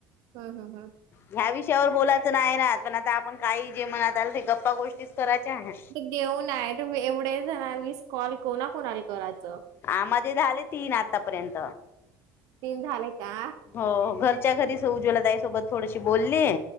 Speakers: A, on the right (about 60°); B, on the left (about 35°).
A: हं हम्म हं
B: ह्या विषयावर बोलायचं नाही ना पण आता आपण काही जे म्हणत आलं ते गप्पा गोष्टीच करायच्या आहे.
A: देऊन आहे एवढे जणानी वीस कॉल कोना कोणाला करायचं.
B: अं माझे झाले तीन आतापर्यंत.
A: तीन झाले का
B: हो घरच्या घरी स उज्वला ताईसोबत थोडीशी बोलली.